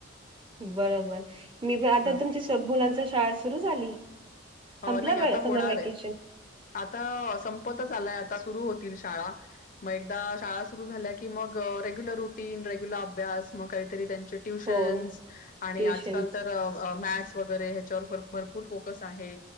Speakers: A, on the right; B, on the left.
A: बर बर मी त आता
B: हं.
A: तुमच्या <unintelligible> मुलाचं शाळा सुरू झाली?
B: अं
A: संपला
B: नाइ
A: व
B: आता
A: समर
B: होणार
A: व्हॅकेशन?
B: हाय आता संपतच आलं नाइ आता सुरु होतील शाळा म एकदा शाळा सुरू झाल्या की मग अं रेगुलर रूटीन रेगुलर अभ्यास मग कायतरी त्यां च ट्यूशनस्
A: हो,
B: आणि
A: ट्युशन्स.
B: आजकाल तर अं मॅथ्स वगरे हेच्यावर पर भरपूर फोकस आहे.